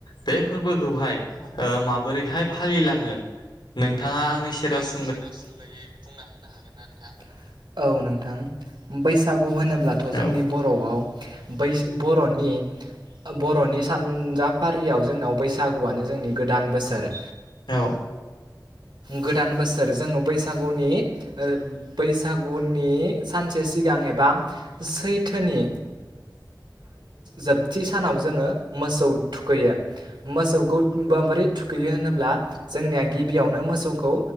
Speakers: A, on the left (about 85°); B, on the right (about 80°).
A: बे फोरबोखौहाय ओ माबोरैहाय फालिलाङो <unintelligible> आंनि सेराव स
B: आनि सेराव सोंद'यै बुंना होनो हागोन ना नोंथां? औ नोंथां। बैसागु होनोब्लाथ' जोंनि
A: औ
B: बर'आव बै बर'नि बर'नि सानजाफारियाव जोंनाव बैसागुआनो जोंनि गोदान बोसोर।
A: औ।
B: गोदान बोसोर र जोङो बैसागुनि ओ बैसागुनि सानसे सिगां एबा सैथोनि जोबथि सानाव जोङो मोसौ थुखैयो मोसौखौ बोरै थुखैयो होनोब्ला जोंनिया गिबियावनो मोसौखौ